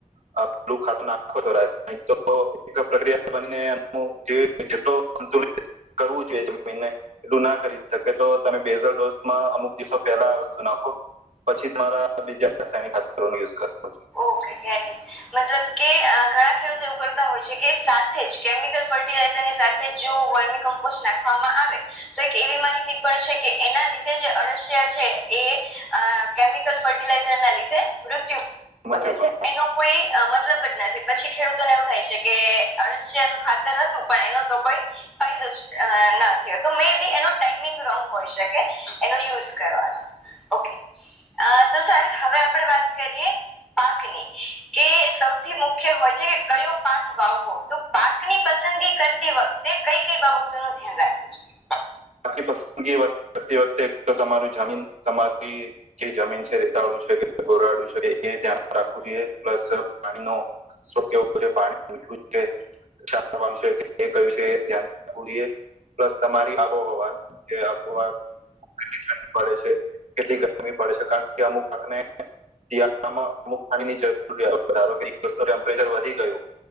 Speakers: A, on the right; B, in the centre.
A: <unintelligible> ખાત આખો તો એક પ્રક્રિયા બનીને એ <unintelligible> સંતુલિત કરવું જોઈએ, જ એને એલું ના કરી શકે તો તમે બેઝલ ડોઝમાં અમુક દિવસો પહેલા આ વસ્તુ નાખો, પછી તમારા બીજાવો <unintelligible> જોઈએ.
B: ઓકે ગેટ ઈટ મતલબ કે ઘણા ખેડૂતો એવું કરતા હોય છે, કે સાથે જ કેમિકલ ફર્ટિલા ઝરની સાથે જો વર્મી કમ્પોસ્ટ નાખવામાં આવે તો એક એવી માહિતી પણ છે કે એના લીધે જ જે અળસિયા છે એ કેમિકલ ફર્ટિલાઈઝર ના લીધે મૃત્યુ
A: મળે છે તો
B: એનો કોઈ મતલબ જ નથી. પછી ખેડૂતોને એવું થાય છે કે અળસિયા નું ખાતર હતું પણ એનો તો કોઈ ફાયદો ન થયો તો મેબી એનો ટાઈમિંગ રોંગ હોય શકે એનો યુઝ કરવાનો. ઓકે અ તો સર હવે આપણેે વાત કરીએ પાકની કે સૌથી મુખ્ય હોય છે કે કયો પાક વાવવો તો પાક ની પસંદ કરતી વખતે કઈ કઈ બાબતો નું ધ્યાન રાખવું જોઇએ.
A: પસંદગીતી વખતે તો તમારું જમીન તમારી જે જમીન છે રેતાળું છે કે ગોરાડુંછે કે એ ધ્યાન રાખવું જોઈએ પ્લસ પાણી નો સ્ત્રોત કેવો છે પાણી મીઠું છે ક્ષારવાળું એ કય છે <unintelligible> ધ્યાન રાખવું જોઈએ પ્લસ તમારી આબોહવા જે આબોવા કેટલી ઠંડી પડે છે કેટલી ગરમી પડે છે કારણ કે અમુકને તિયાળમાં અમુક પાણીની જરૂર <unintelligible> દ ન <unintelligible> ટેમ્પરેચર વધી ગયું.